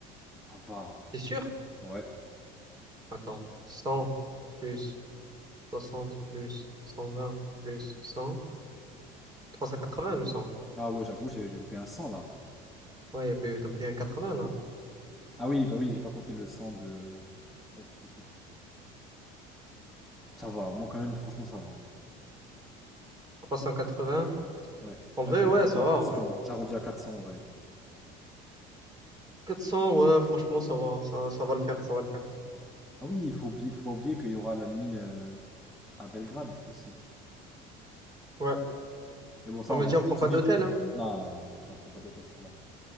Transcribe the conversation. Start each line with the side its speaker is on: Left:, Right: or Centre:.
Centre: ça va.
Right: C'est sûr?
Centre: Ouais.
Right: Attends, 100 plus 60 plus 120 plus 100, 380 le 100.
Centre: Ah ouais, j'avoue, j'ai j'ai loupé un 100 là.
Right: Ouais, ben, t'as oublié un 80 là.
Centre: Ah oui, bah oui, j'ai pas compté le 100 de d'activité. Ça va, moi quand même, franchement, ça va.
Right: 380.
Centre: Ouais.
Right: En
Centre: Ouais,
Right: vrai,
Centre: j'arrondis
Right: ouais, ça va
Centre: à 400.
Right: en vrai.
Centre: J'arrondis à 400, ouais.
Right: 400, ouais, franchement, ça va, ça, ça va le faire, ça va le faire.
Centre: Ah oui, il faut oublier, faut pas oublier qu'il y aura la nuit euh, à Belgrade aussi.
Right: Ouais,
Centre: Mais bon, ça,
Right: on
Centre: on va
Right: a dit
Centre: laisser
Right: on prend
Centre: le dîner,
Right: pas d'hôtel,
Centre: quoi.
Right: hein.
Centre: Non, non, non, je ne prends pas d'hôtel, c'est mort.